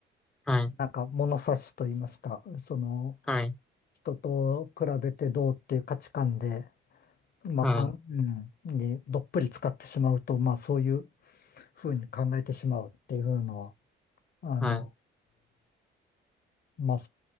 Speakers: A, in the centre; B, on the left.
A: はい、
B: なんか物差しといいますか、その、
A: はい、
B: 人と比べてどうっていう価値観で、まあ、
A: はい、
B: かん、うん、にどっぷり使ってしまうと、まあ、そういうふうに考えてしまうっていうのは、あの、
A: はい、
B: まあ、